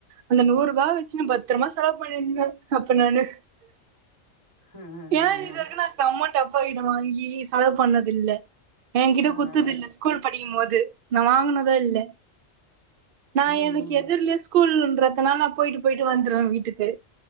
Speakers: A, on the right; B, on the left.
A: அந்த நூற்பா வச்சு நா பத்ரமா செலவு பண்ணின்ருந்தே அப்ப நானு
B: ஆ ஆ
A: ஏ இதுவரைக்கி நா கம்மோண்ட் அப்பா கிட்ட வாங்கி செலவு பண்ணதில்ல ஏங்கிட்ட
B: ஆ ஆ
A: குத்துது இல்ல ஸ்கூல் படிக்கும் போது நா வாங்கினதே இல்ல நா
B: ம்
A: எனக்கு
B: ம்
A: எதுர்லயே ஸ்கூல்ன்றதுனால நா போயிட்டு போயிட்டு வந்துருவே வீட்டுக்கு